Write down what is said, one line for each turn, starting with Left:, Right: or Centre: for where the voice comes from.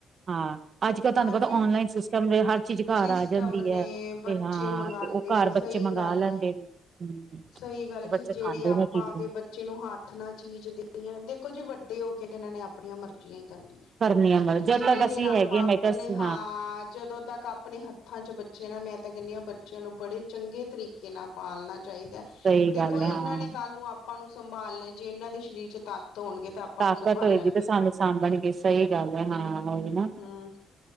Right: ਹਾਂ, ਅੱਜ ਕੱਲ ਤੁਹਾਨੂੰ
Left: ਹਾਂਜੀ
Right: ਪਤਾ ਔਨਲਾਈਨ ਸਿਸਟਮ ਹਰ ਚੀਜ਼
Left: ਸਿਸਟਮ
Right: ਘਰ ਆ ਜਾਂਦੀ
Left: ਨੇ
Right: ਹੈ।
Left: ਬੱਚੇ
Right: ਤੇ ਹਾਂ
Left: ਮੰਗਵਾਉਂਦੇ
Right: ਤੇ ਉਹ ਘਰ
Left: ਨੇ, ਸਹੀ
Right: ਬੱਚੇ ਮੰਗਵਾ
Left: ਗੱਲ
Right: ਲੈਂਦੇ
Left: ਐ
Right: ਨੇ ਹਮ
Left: ਸਹੀ ਗੱਲ ਭੈਣ
Right: ਬੱਚੇ
Left: ਜੀ ਜਿਹੜੀ
Right: ਖਾਂਦੇ
Left: ਆਪਾਂ
Right: ਨੇ ਚੀਜ਼ਾਂ
Left: ਆਪਦੇ ਬੱਚੇ ਬਚੇ ਨੂੰ ਹੱਥ ਨਾ ਚੀਜ਼ ਦੇਣੀ, ਦੇਖੋ ਜੀ ਵੱਡੇ ਹੋ ਕੇ ਤੇ ਇਹਨਾਂ ਨੇ ਆਪਣੀਆਂ ਮਰਜ਼ੀਆਂ ਹੀ ਕਰਨੀਆਂ
Right: ਕਰਨੀ ਆ ਮਦਦ ਜਦ
Left: ਜਿੰਨੀ
Right: ਤੱਕ
Left: ਦੇਰ
Right: ਅਸੀਂ
Left: ਆਪਾਂ
Right: ਹੈਗੇ
Left: ਆਪਣੇ
Right: ਮੈਂ ਕਿਹਾ
Left: ਹਾਂ ਜਦੋਂ ਤੱਕ ਆਪਣੇ ਹੱਥਾਂ 'ਚ ਬੱਚਿਆਂ ਨੇ ਮੈਂ ਤਾਂ ਕਹਿੰਦੀ ਹਾਂ ਬੱਚਿਆਂ ਨੂੰ ਬੜੇ ਚੰਗੇ ਤਰੀਕੇ ਨਾਲ ਪਾਲਣਾ ਚਾਹੀਦਾ
Right: ਸਹੀ
Left: ਦੇਖੋ
Right: ਗੱਲ
Left: ਇਹਨਾਂ
Right: ਹੈ ਹਾਂ
Left: ਨੇ ਕੱਲ ਨੂੰ ਆਪਾਂ ਨੂੰ ਸੰਭਾਲਨਾ ਜੇ ਇਹਨਾਂ ਦੇ ਸਰੀਰ 'ਚ ਤਾਕਤ ਹੋਣਗੇ ਤਾਂ ਆਪਾਂ
Right: ਤਾਕਤ
Left: ਨੂੰ ਸੰਭਾਲਣਗੇ
Right: ਹੋਏਗੀ ਤੇ ਸਾਨੂੰ ਸਾਂਭਣਗੇ ਸਹੀ ਗੱਲ ਹੈ ਹਾਂ ਉਹੀ ਨਾ
Left: ਹਾ,